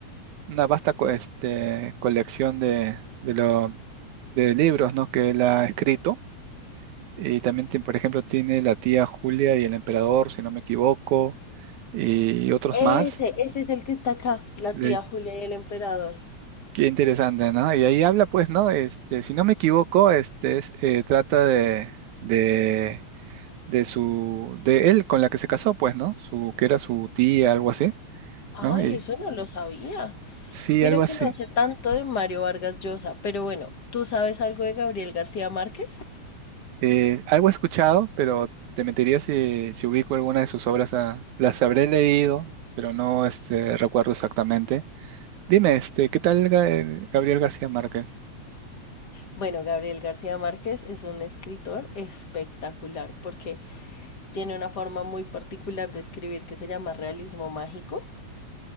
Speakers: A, on the right; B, on the left.
A: una vasta co- este, colección de, de, lo- de libros, ¿no? que él ha escrito. Y también, tiene, por ejemplo, tiene La tía Julia y el emperador, si no me equivoco, y otros
B: Ese,
A: más.
B: ese es el que está acá, la
A: Le-
B: tía Julia y el emperador.
A: Qué interesante, ¿no? Y ahí habla, pues, ¿no? Este, si no me equivoco, este es, eh, trata de, de su, de él con la que se casó, pues, ¿no? Su, que era su tía, algo así, ¿no?
B: Ay,
A: Y,
B: eso no lo sabía.
A: sí,
B: Mira
A: algo así.
B: que no sé tanto de Mario Vargas Llosa, pero bueno, ¿tú sabes algo de Gabriel García Márquez?
A: Eh, algo he escuchado, pero te mentiría si, si ubico alguna de sus obras, ah, las habré leído, pero no este, recuerdo exactamente. Dime, este, ¿qué tal Ga- eh, Gabriel García Márquez?
B: Bueno, Gabriel García Márquez es un escritor espectacular porque tiene una forma muy particular de escribir que se llama realismo mágico